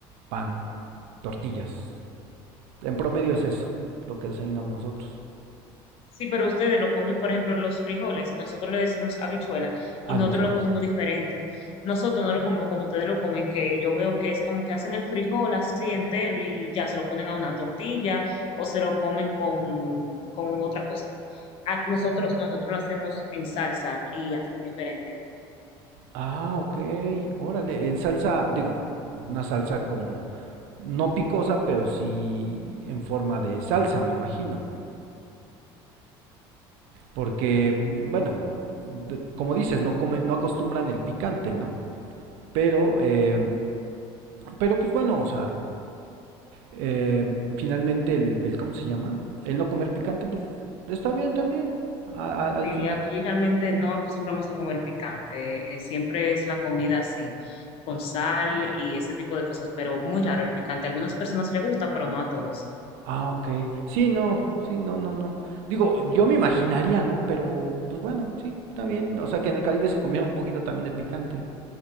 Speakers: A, on the right; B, on the left.
A: pan, tortillas. En promedio es eso, lo que desayunamos nosotros.
B: sí, pero ustedes lo comen, por ejemplo, los frijoles, nosotros le decimos habichuela y
A: Habichuelas.
B: nosotros lo comemos diferente. Nosotros no lo comemos como ustedes lo comen, que yo veo que es como que hacen el frijol así entero y ya se lo ponen a una tortilla o se lo comen con, con otra cosa. A nosotros no, nosotros lo hacemos en salsa y así diferente.
A: Ah, ok. Órale, en salsa, digo, una salsa como no picosa, pero sí en forma de salsa, me imagino. Porque, mm, bueno, de- como dices, no comen, no acostumbran el picante, ¿no? Pero, eh, pero pues bueno, o sea, eh, finalmente el, el, ¿cómo se llama? El no comer picante, pues está bien también. A- a- al
B: Sí,
A: final.
B: aquí realmente no acostumbramos a comer picante, eh, siempre es la comida así, con sal y ese tipo de cosas, pero muy raro el picante. A algunas personas le gusta, pero no a todas.
A: Ah, ok. Sí, no, sí, no, no, no. Digo, yo me imaginaría, ¿no? Pero, pues bueno, sí, está bien. O sea, que en el Caribe se comiera un poquito también de picante.